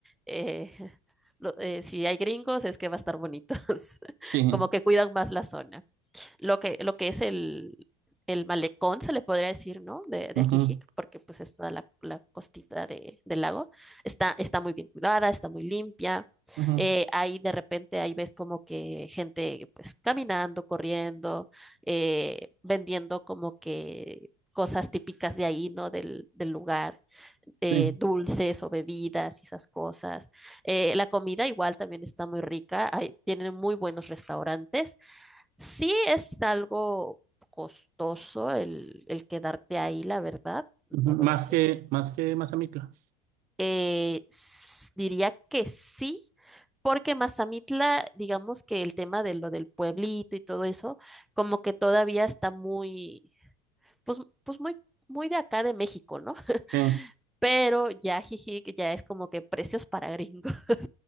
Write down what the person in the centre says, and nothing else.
eh, <laughs> lo- eh, si hay gringos es que va a estar bonitos, <laughs>
como que cuidan más la zona. lo que, lo que es el, el malecón, se le podría decir, ¿no? De, de
Ajijic, porque pues es toda la, la costita de, del lago. Está, está muy bien cuidada, está muy limpia.
Eh, ahí de repente ahí ves como que gente pues caminando, corriendo, eh, vendiendo como que cosas típicas de ahí, ¿no? Del, del lugar, eh,
dulces o bebidas y esas cosas. Eh, la comida igual también está muy rica, hay- tienen muy buenos restaurantes Sí es algo costoso el, el quedarte ahí, la verdad. No
voy
a decir
que.
eh, s- diría que sí, porque Mazamitla, digamos que el tema de lo del pueblito y todo eso, como que todavía está muy, pues, pues muy, muy de acá de México, ¿no? <laughs>
Pero ya, jiji, que ya es como que precios para gringos. <laughs>